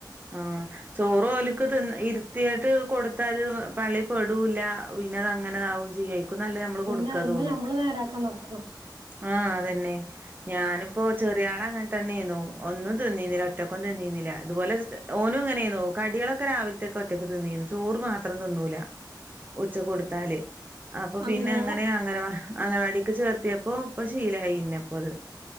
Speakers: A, on the right; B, on the right.
A: ആഹ് ചോറ് ഓലക്ക് തിന്ന ഇരുത്തിയിട്ട് കൊടുത്താത് പള്ളിൽ പെടൂല്ല പിന്നെ അത് അങ്ങന്നേ ആവും ചെയ്യായി നല്ലത് നമ്മള്
B: പിന്നെ
A: കൊടുക്കാ
B: അയിമെ
A: തോന്നും
B: ഞമ്മള് നേരാക്കാൻ നടക്കണം
A: ആ അതന്നെ ഞാനിപ്പോ ചെറിയ ആള അങ്ങനെ തന്നെഏനു ഒന്നും തിന്നുന്നില്ല ഒറ്റക്കും തിന്നുന്നില്ല ഇതുപോലെ ഓനും ഇങ്ങനെന്നു കടികളൊക്കെ രാവിലത്തൊക്കെ ഒറ്റക്ക് തിന്നിന്ന് ചോറ് മാത്രം തിന്നൂല ഉച്ചക് കൊടുത്താല് അപ്പൊ പിന്നെ
B: അങ്കനവ
A: അങ്ങനെ അങ്ങനെ അംഗനവാടിക്ക് ചേർത്തിയപ്പോ ഇപ്പൊ ശീലമായി പിന്നപ്പോ അത്